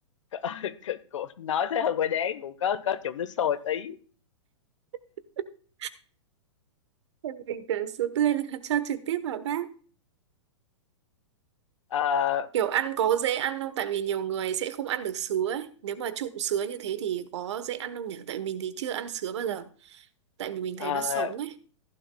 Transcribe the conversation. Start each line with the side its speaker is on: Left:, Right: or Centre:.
Left: <laughs> Cụ- nói thế hơi quay đáng cũng có có chụm nước sôi tí
Right: <laughs> Em Bình thường sứa tươi là <laughs> cho trực tiếp vào bát
Left: Ờ,
Right: kiểu ăn có dễ ăn không tại vì nhiều người sẽ không ăn được sứa ấy nếu mà trụng sứa như thế thì có dễ ăn không nhỉ tại mình thì chưa ăn sứa bao giờ tại vì mình
Left: ờ,
Right: thấy nó sống ấy